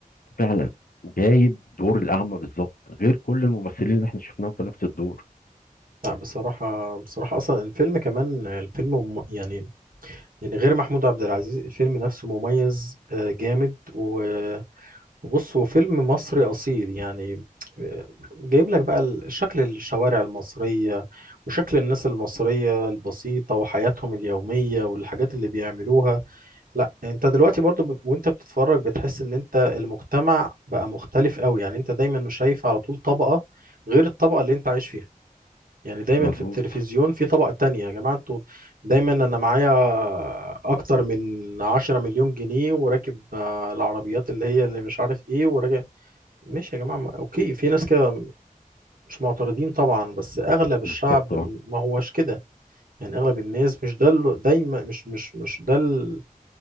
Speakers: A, on the left; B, on the right.
A: فعلا وجايب دور الاعمى بالظبط غير كل الممثلين اللي احنا شفناهم في نفس الدور
B: لا بصراحة بصراحة أصلا الفيلم كمان الفيلم مم- يعني يعني غير محمود عبد العزيز الفيلم نفسه مميز آه، جامد و- وبص هو فيلم مصري أصيل يعني آه، جايب لك بقى ال- شكل الشوارع المصرية وشكل الناس المصرية البسيطة وحياتهم اليومية والحاجات اللي بيعملوها لا انت دلوقتي برضو ب- وانت بتتفرج بتحس ان انت المجتمع بقى مختلف قوي يعني انت دايما شايف على طول طبقة غير الطبقة اللي انت عايش فيها يعني دايما
A: مظبوط
B: في التلفزيون في طبقة تانية يا جماعة انتوا دايما انا معايا اكتر من عشرة مليون جنيه وراكب آه، العربيات اللي هي اللي مش عارف ايه وراجع ماشي يا جماعة ما- اوكي في ناس كده مش معترضين طبعا بس اغلب الشعب
A: بالظبط
B: ما هوش كده يعني اغلب الناس مش ده ال- دايما مش مش مش ده ال-